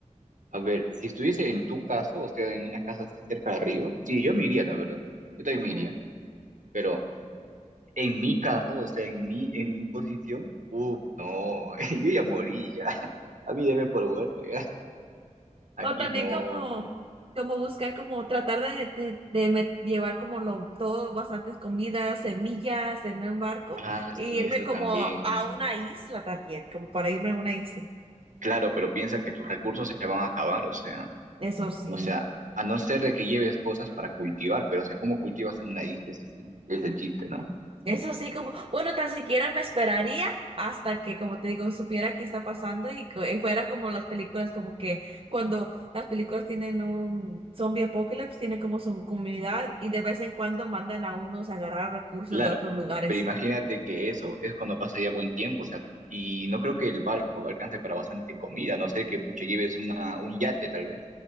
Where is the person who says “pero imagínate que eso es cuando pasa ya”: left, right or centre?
Right